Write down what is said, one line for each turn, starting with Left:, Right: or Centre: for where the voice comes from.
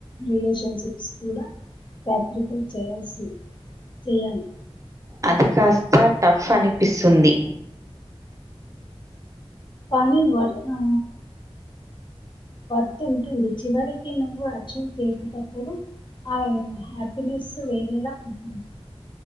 Left: రిలేషన్షిప్స్ కూడా ప్యాపరిఫై చేయాల్సి, చేయాలి
Right: అది కాస్త టఫ్ అనిపిస్తుంది
Left: పని వ ఆ వర్తుంటుంది చివరికి నువ్వు అచీవ్ చేసేటప్పుడు, ఆ హ్యాపీనెస్ వేరేలా ఉంటుంది.